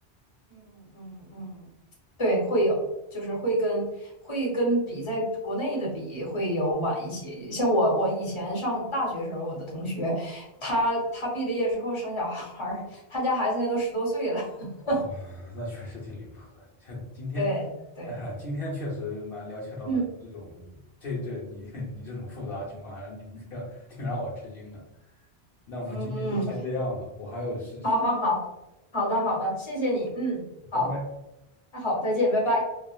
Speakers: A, on the left (about 30°); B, on the left (about 60°).
A: 嗯嗯嗯，对，会有，就是会跟会跟比在国内的比会有晚一些。像我，我以前上大学时候，我的同学，他他毕了业之后生小孩儿，他家孩子现在都十多岁了。<laughs>
B: 哦，那确实挺离谱的。这今天，
A: 对对，
B: 啊、今天确实蛮了解到蛮多这种，
A: 嗯
B: 这这你 <laughs> 你这种复杂情况，还让你们这样挺让我吃惊的。那我们今天就先这样吧，
A: 嗯嗯，
B: 我还有事情，
A: 好好好，好的好的，谢谢你，嗯，好，
B: 拜拜。
A: 那好，再见，拜拜。